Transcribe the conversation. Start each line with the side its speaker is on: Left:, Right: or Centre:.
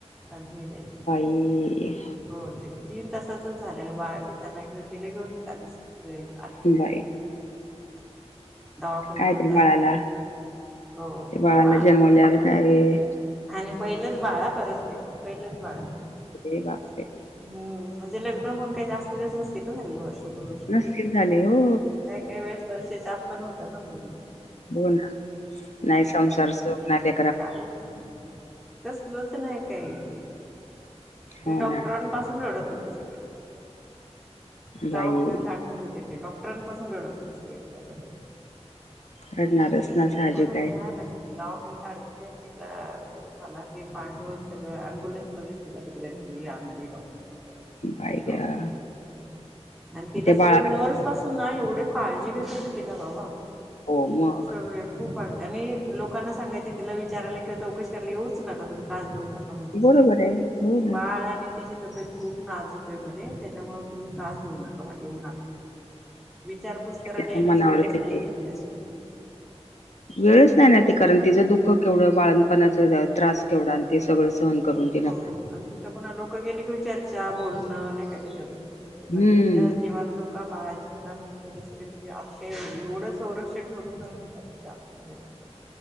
Centre: अग्नी देय
Left: हि
Centre: हो ते तीन तासाच झालेलं बाळ ते त्यांला घेल घेऊनच आली वेग
Left: बाई,
Centre: दवाखान्यातून
Left: काय ते
Centre: डायरेक्ट
Left: बाळाला
Centre: हो
Left: ते बाळाला जन्मलाल
Centre: घेऊन त्या
Left: काय आहे.
Centre: आणि पहिलंच बाळ हं परत ते,, पहिलंच बाळ-
Left: अरे बापरे!
Centre: हम्म म्हणजे लग्न हून काही जास्त दिवस नसतील ना झाली वर्ष वर्ष,
Left: नसतील झाले हो
Centre: काय काही वेळेस वर्षेच्या आत पण होतं ना मुल.
Left: हो ना,, नाही संसार सुख ना ते
Centre: काही नाही,, कसलंच नाही काही,, ते
Left: हो
Centre: डॉक्टरां
Left: ना
Centre: पासून रडत होते सगळे,, दवाखान्यात
Left: बाई
Centre: आडमीट होते ते ट्रन पासून रडत होते सगळे तिला बघून.
Left: रडणारच. ना साहजिक
Centre: एवढं
Left: आहे
Centre: भयानक,, दावाखान्यात आडमिटे यन तीला निरूप आला ते पार्थिव सगळं अम्बुलन्स मध्येच तीला तिकडे नेली आणली डॉक्टरांनी.
Left: बाई गं
Centre: <unintelligible> आणि तिला
Left: त्या बाळाला
Centre: सगळ नर्स पासुन ना एवढे काळजी घेत होते तीला बाबा
Left: हो मग.
Centre: सगळे खूप आगं, आणि लोकांना तिला विचारायला किंवा चौकशी कराला येऊच नका तुम्ही त्रास देऊ नका.
Left: बरोबर आहे
Centre: -
Left: हो ना
Centre: बाळ आणी तिची तब्येत खूप नाजूक आहे म्हणे, त्याच्यामुळे तुम्ही त्रास देऊ नका येऊ नका विचारपूस करायला
Left: त्याच्या
Centre: येण्याची
Left: मनावर
Centre: वेळच
Left: किती
Centre: नाहीे हे अशी.
Left: वेळच नाही ना ते, कारण तिचं दुःख केवढं बाळंतणपणाचा त्रास
Centre: हम्म
Left: केवढा आणि ते सगळं सहन करून. तिनं
Centre: हो, आणि तिथं पुन्हा लोकं गेली कि चर्चा बोलणं, नाही का त्याच्यातून परत
Left: हम्म
Centre: मग तिज्या जीवाला धोका बाळाच्या ह्यला पण त्याच्यासाठी तुम्ही आत काही एवढं संरक्षण ठेवलं होतं ना तिच्या आतमध्ये